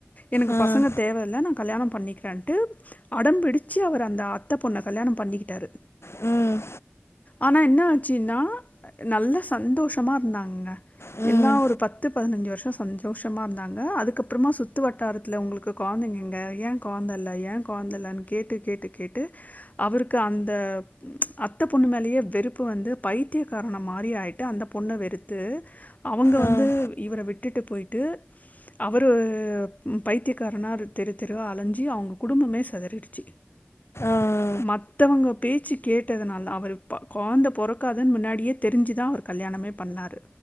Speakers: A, on the left; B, on the left.
A: எனக்கு
B: ம்,
A: பசங்க தேவயில்ல நா கல்யாணம் பண்ணிக்கிறன்டு அடம்பிடிச்ச ச்சு அவரு அந்த அத்த பொண்ண கல்யாணம் பண்ணிக்கிட்டாரு
B: ம்
A: ஆனா என்ன ஆச்சுன்னா நல்ல சந்தோஷமா இருந்தாங்க
B: ம்,
A: எல்லா ஒரு பத்து பதினஞ்சு வருஷோ சந்தோஷமா இரு ந்தாங்க அதுக்கப்புறமா சுத்து வட்டாரத்துல உங்களுக்கு கொழந்தைங்க எங்க ஏன் கொழந்த இல்ல ஏன் கொழந்த இல்ல கேட்டு கேட்டு கேட்டு அவருக்கு அந்த அத்த பொண்ணு மேலையே வெறுப்பு வந்து பைத்தியக்காரன மாரி ஆயிட்டு அந்த பொண்ண வெறுத்து அவங்க
B: ம்,
A: வந்து இவர விட்டு விட்டுட்டு போயிட்டு அவரு பைத்தியக்காரனா தெரு தெருவ அலஞ்சி அவங்க குடும்பமே செதறிடு ட்சி
B: ம்,
A: மத்தவங்க பேச்சு கேட்டதுனால அவரு இப்ப கொழந்த பொறக்காதுன்னு முன்னாடியே தெரிஞ்சுதா அவரு கல்யாணமே பண்ணாரு